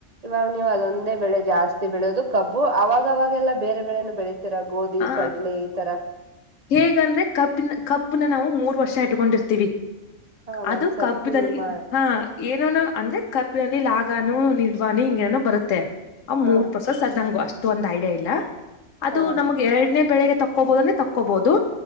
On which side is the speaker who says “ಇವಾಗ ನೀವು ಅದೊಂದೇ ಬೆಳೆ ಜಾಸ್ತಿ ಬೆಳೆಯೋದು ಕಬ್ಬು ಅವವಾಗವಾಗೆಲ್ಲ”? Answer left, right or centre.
Right